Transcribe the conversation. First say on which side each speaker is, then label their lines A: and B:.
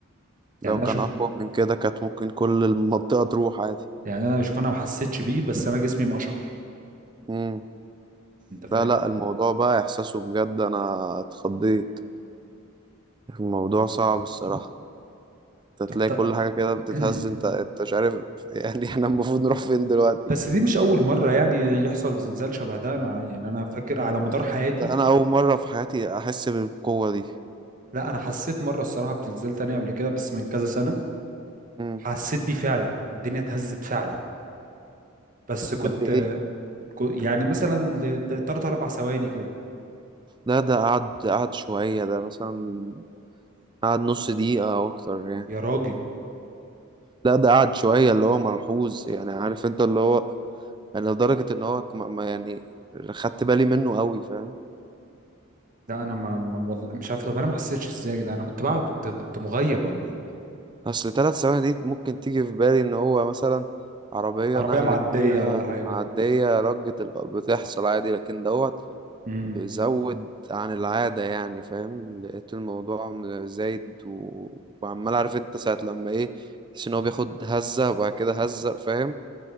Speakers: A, on the right; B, on the right.
A: لو
B: يعني انا
A: كان
B: شوف
A: اقوى من كده كانت ممكن كل المنطقة تروح عادي
B: يعني انا شوف انا ما حسيتش بيه بس انا جسمي مقشعر
A: امم
B: انت فاهم
A: لا لا الموضوع بقى احساسه بجد انا اتخضيت الموضوع صعب الصراحة انت
B: طب
A: تلاقي
B: ت-
A: كل حاجة كده بتتهز
B: <clears throat>
A: انت انت مش عارف <laughs> يعني احنا المفروض نروح فين دلوقتي
B: بس دي مش أول مرة يعني يحصل زلزال شبه ده أنا يعني أنا فاكر على مدار حياتي
A: ده انا اول مرة في حياتي احس بالقوة دي
B: لا أنا حسيت مرة الصراحة بزلزال تاني قبل كده بس من كذا سنة
A: امم
B: حسيت بيه فعلا الدنيا اتهزت فعلا بس كنت
A: قد ايه
B: كو- يعني مثلا لتلات أربع ثواني كده
A: لا ده قعد قعد شوية ده مثلا قعد نص دقيقة أو أكتر يعني
B: يا راجل
A: لا ده قعد شوية اللي هو ملحوظ يعني عارف أنت اللي هو يعني لدرجة إن هو كم- ما يعني خدت بالي منه قوي فاهم
B: لا أنا ما ما- والله مش عارف طب أنا ما حسيتش إزاي ده أنا كنت بقى كنت كنت مغيب ولا إيه
A: أصل تلات ثواني دي ممكن تيجي في بالي إن هو مثلا عربية
B: عربية
A: نقل
B: معدية
A: كبيرة
B: ولا حاجة
A: معدية رجة ال- بتحصل عادي لكن دوت
B: امم
A: بزود عن العادة يعني فاهم لقيت الموضوع زايد و... وعمال عارف أنت ساعة لما إيه تحس ان هو بياخد هزة وبعد كده هزة فاهم